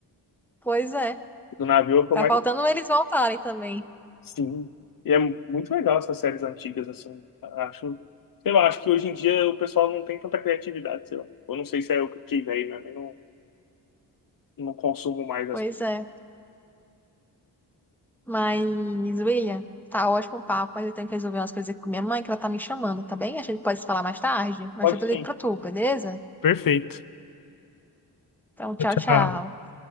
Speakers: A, in the centre; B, on the left.
A: pois é.
B: Do navio é o que eu
A: Tá
B: mais.
A: faltando eles voltarem também.
B: Sim. E é muito legal essas séries antigas, assim. Acho. Sei lá, acho que hoje em dia o pessoal não tem tanta criatividade, sei lá. Eu não sei se é eu que fiquei aí mesmo. Eu não, não consumo mais as.
A: Pois é. Mas, William, tá ótimo o papo, mas eu tenho que resolver umas coisas aqui com minha mãe, que ela tá me chamando, tá bem? A gente pode se falar mais tarde, mas
B: Pode
A: eu te ligo
B: sim.
A: pra tu, beleza?
B: Perfeito.
A: Então, tchau,
B: Tchau.
A: tchau.
B: tchau.